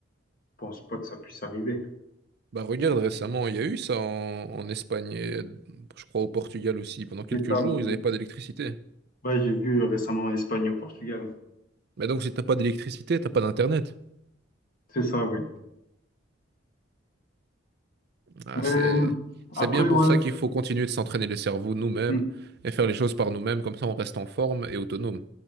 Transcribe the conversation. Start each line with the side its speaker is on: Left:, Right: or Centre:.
Left: je pense pas que ça puisse arriver.
Right: Bah regarde, récemment il y a eu ça en, en Espagne et je crois au Portugal aussi. Pendant quelques
Left: C'est ça,
Right: jours,
Left: oui.
Right: ils n'avaient pas d'électricité.
Left: Ouais, j'ai vu euh, récemment en Espagne et au Portugal.
Right: Mais donc si t'as pas d'électricité, t'as pas d'internet.
Left: C'est ça, oui.
Right: Ah,
Left: Mais
Right: c'est
Left: euh,
Right: c'est
Left: après,
Right: bien pour
Left: ouais,
Right: ça qu'il faut continuer de s'entraîner les cerveaux nous-mêmes
Left: mm,
Right: et faire les choses par nous-mêmes, comme ça on reste en forme et autonome.